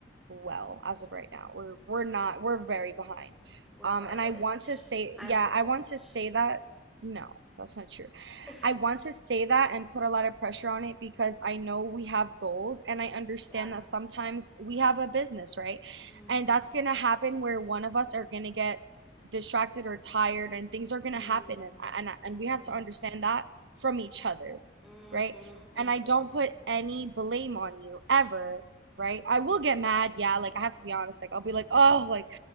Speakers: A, on the right; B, in the centre.
A: well as of right now. We're we're not we're very behind.
B: We're
A: Um,
B: garbage.
A: and I want to say
B: I'm
A: yeah,
B: garbage.
A: I want to say that no, that's not true.
B: <laughs>
A: I want to say that and put a lot of pressure on it because I know we have goals and I understand
B: Yeah.
A: that sometimes we have a business, right?
B: Mm-hmm.
A: And that's gonna happen where one of us are gonna get distracted or tired and things are gonna
B: Mm.
A: happen and and
B: Mm-hmm.
A: and we have to understand that from each other,
B: Mm-hmm.
A: right? and I don't put any blame on you ever, right? I will get mad, yeah, like I have to be honest, like I'll be like, oh, like,